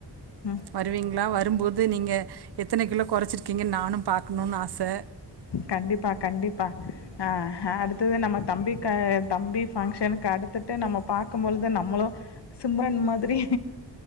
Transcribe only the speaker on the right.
வருவீங்களா வ வரும்போது நீங்க எத்தனை கிலோ குறைச்சிருக்கீங்க நானும் பாக்கணும்னு ஆசை